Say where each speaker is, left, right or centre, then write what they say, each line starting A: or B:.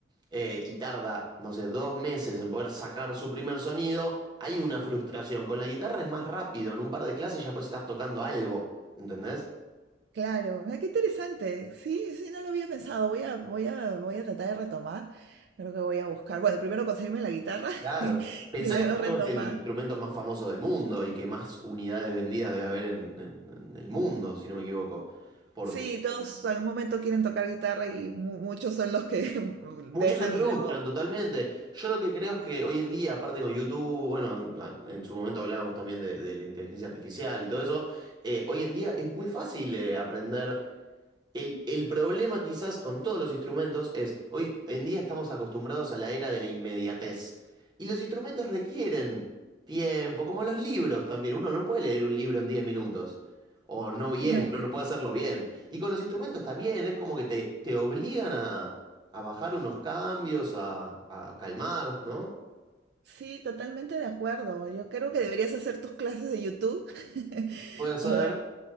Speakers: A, on the right; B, on the right.
A: eh, y tarda, no sé, dos meses en poder sacar su primer sonido, hay una frustración, con la guitarra es más rápido, en un par de clases ya puedes estar tocando algo, ¿entendés?
B: Claro, ah, qué interesante. Sí, sí, no lo había pensado. Voy a, voy a, voy a tratar de retomar. Creo que voy a buscar. Bueno, primero conseguirme la guitarra
A: Claro.
B: <laughs> y
A: Pensá
B: luego
A: que por
B: retomar.
A: algo es el instrumento más famoso del mundo y que más unidades vendidas debe haber en, en- en el mundo, si no me equivoco. Porque
B: Sí, todos en un momento quieren tocar guitarra y mu- muchos son los que <laughs>
A: muchos
B: dejan
A: se frustran
B: y luego.
A: totalmente. Yo lo que creo es que hoy en día, aparte con YouTube, bueno, en en su momento hablábamos también de, de la inteligencia artificial y todo eso, eh, hoy en día es muy fácil eh, aprender El, el problema quizás con todos los instrumentos es, hoy en día estamos acostumbrados a la era de la inmediatez. Y los instrumentos requieren tiempo, como los libros también. Uno no puede leer un libro en 10 minutos. O no bien,
B: No.
A: no, no puede hacerlo bien. Y con los instrumentos también, es como que te, te obligan a, a bajar unos cambios, a, a calmar, ¿no?
B: Sí, totalmente de acuerdo. Yo creo que deberías hacer tus clases de YouTube <laughs>
A: Puede ser.
B: o dar,